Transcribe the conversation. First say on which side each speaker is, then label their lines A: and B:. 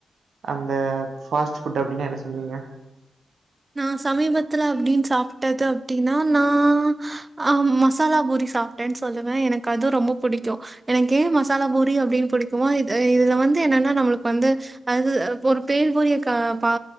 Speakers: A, on the right; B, on the right.
A: அந்த ஃபாஸ்ட்டு ஃபுட்டு அப்டினா என்ன சொல்வீங்க
B: நா சமீபத்துல அப்டின் சாப்ட்டது அப்டினா நா ஆ மசாலா பூரி சா ப்டேன் சொல்லுவே எனக்கு அது ரொம்ப புடிக்கு எனக்கு ஏ மசாலா பூரி அப்டின் புடிக்குமா இது இதுல வந்து என்னான்னா நம்மளுக்கு வந்து அது ஒரு பேல்பூரிய க பா